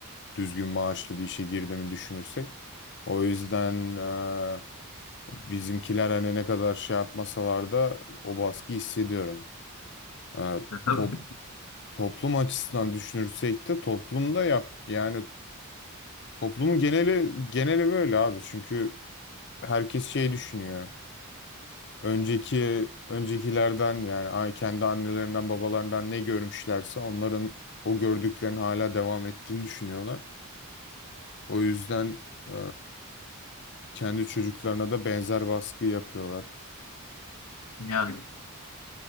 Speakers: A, on the left (about 50°); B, on the left (about 80°).
A: Düzgün maaşlı bir işe girdiğimi düşünürsek. O yüzden e, bizimkiler hani ne kadar şey yapmasalar da o baskıyı hissediyorum. E,
B: E, Tabii
A: top, toplum açısından düşünürsek de toplumda yap yani Toplumun geneli geneli böyle abi. Çünkü herkes şey düşünüyor. Önceki öncekilerden yani ay- kendi annelerinden babalarından ne görmüşlerse onların o gördüklerini hala devam ettiğini düşünüyorlar. O yüzden e, kendi çocuklarına da benzer baskı yapıyorlar.
B: yani